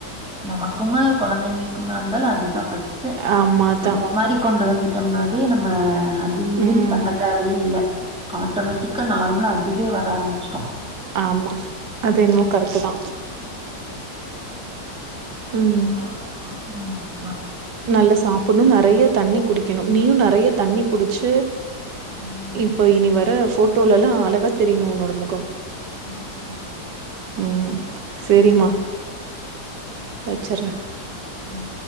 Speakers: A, in the centre; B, on the right (about 70°).
A: நமக்குமா குழந்தைங்களுக்குமா இருந்தாலு அதுதா ஃபர்ஸ்ட் டு
B: ஆமா அதா
A: அந்த மாரி கொண்டு வந்துட்டோம்னாவே நம்ம அது இதுன்னு
B: ம்
A: பண்ண தேவையே இல்ல ஆட்டோமெட்டிக்கா நார்மலா அதுவே வர ஆரம்பிச்சிரு
B: ஆமா அது என்னமோ கரெக்ட் தா ம்
A: என்னானா சாப்ட் றானு நமக்குளா
B: நல்லா சாப்பிட்ணு நெறைய தண்ணி குடிக்கணு
A: பண்ணி
B: நீயு நெறைய தண்ணி குடிச்சு
A: ம்
B: இப்ப இனி வர போட்டோலல்லா அழகா தெரியணு உன்னோட முகம்
A: அ உ ஹூ ம்
B: ம் செரிமா வெச்சுறே
A: அ ம்